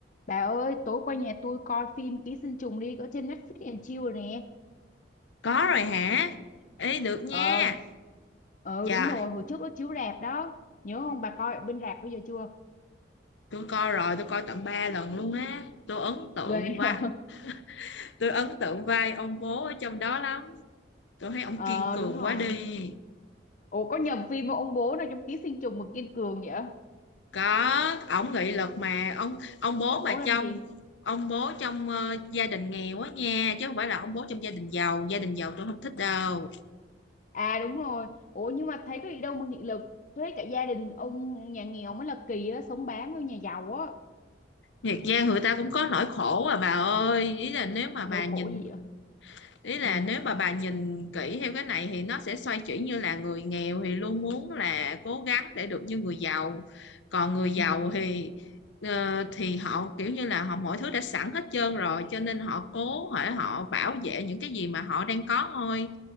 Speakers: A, on the left; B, on the left.
A: Bà ơi, tối qua nhà tôi coi phim Ký sinh trùng đi, có trên Netflix and Chill rồi nè.
B: Có rồi hả? Ý được nha.
A: Ờ, ờ
B: Trời,
A: đúng rồi, hồi trước nó chiếu rạp đó. Nhớ không, bà coi ở bên rạp bây giờ chưa?
B: tôi coi rồi, tôi coi tận 3 lần luôn á. Tôi ấn tượng
A: Ghê. <laughs>
B: và tôi ấn tượng vai ông bố ở trong đó lắm. Tôi thấy ông
A: Ờ,
B: kiên cường
A: đúng rồi.
B: quá đi.
A: Ủa, có nhầm phim không? Ông bố nào trong Ký sinh trùng mà kiên cường vậy?
B: Có, ông nghị lực mà ông ông bố
A: Ờ,
B: mà
A: ông
B: trong
A: làm gì?
B: ông bố trong ờ, gia đình nghèo á nha, chứ không phải là ông bố trong gia đình giàu, gia đình giàu tôi không thích đâu.
A: À đúng rồi. Ủa, nhưng mà thấy có gì đâu mà nghị lực. Thuế cả gia đình ông nhà nghèo mới là kỳ á, sống bám với nhà giàu á.
B: Thiệt ra người ta cũng có nỗi khổ à bà ơi, ý là nếu mà
A: Nỗi
B: bà nhìn
A: khổ gì vậy?
B: ý là
A: Ừ,
B: nếu mà bà nhìn kỹ theo cái này thì nó sẽ xoay chuyển như là người nghèo thì luôn muốn là cố gắng để được như người giàu còn người giàu
A: ừ,
B: thì ờ, thì họ kiểu như là họ mọi thứ đã sẵn hết trơn rồi cho nên họ cố hỏi họ bảo vệ những cái gì mà họ đang có thôi